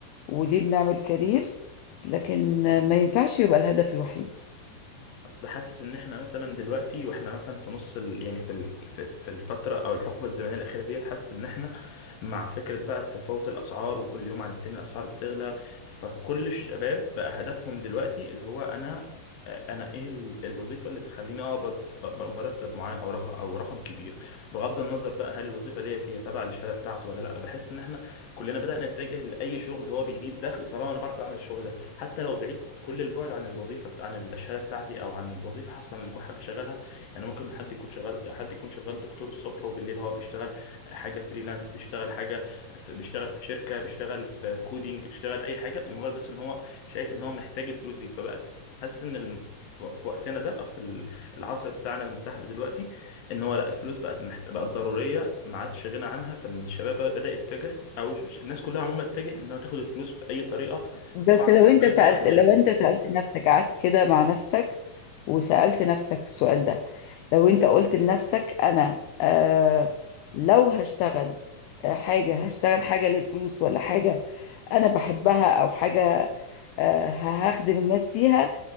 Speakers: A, on the left (about 80°); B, on the left (about 60°).
A: وليه بنعمل كارير لكن آه، ما ينفعش يبقى الهدف الوحيد
B: أصل حاسس ان احنا مثلا دلوقتي واحنا مثلا في نص ال... يعني في ال... في في الفتره او الحقبه الزمنيه الاخيره ديت حاسس ان احنا مع فكره بقى تفاوت الاسعار وكل يوم عن التاني الاسعار بتغلى فكل الشباب بقى هدفهم دلوقتي اللي هو انا انا ايه ال- الوظيفه اللي تخليني اقبض أقبض مرتب معين او رقم او رقم كبير بغض النظر بقى هل الوظيفه ديت هي تابعه للشهاده بتاعته ولا لا بحس ان احنا كلنا بدأنا نتجه لاي شغل هو بيجيب دخل طالما انا بعرف اعمل الشغل ده حتى لو بعيد كل البعد عن الوظيفه بتاع عن الشهاده بتاعتي او عن الوظيفه حصل ان يكون حد شغالها يعني ممكن حد يكون شغال حد يكون شغال دكتور الصبح وبالليل هو بيشتغل حاجه فريلانس بيشتغل حاجه في بيشتغل في شركه بيشتغل في كودينج بيشتغل اي حاجه مجرد بس ان هو شايف ان هو محتاج الفلوس دي فبقى حاسس ان الم- في في وقتنا ده او في ال- العصر بتاعنا المتاح ده دلوقتي ان هو لا الفلوس بقت محت... بقت ضروريه ما عادش غنى عنها فالشباب بدا يتجه او ش- الناس كلها عموما اتجه انها تاخد الفلوس باي طريقه
A: بس
B: طبعا
A: لو انت
B: عارف
A: سألت
B: الاقي حلالي
A: لو انت سألت نفسك قعدت كده مع نفسك وسألت نفسك السؤال ده لو انت قلت لنفسك انا آه لو هشتغل آه، حاجة هشتغل حاجة للفلوس ولا حاجة انا بحبها او حاجة آه هخدم الناس فيها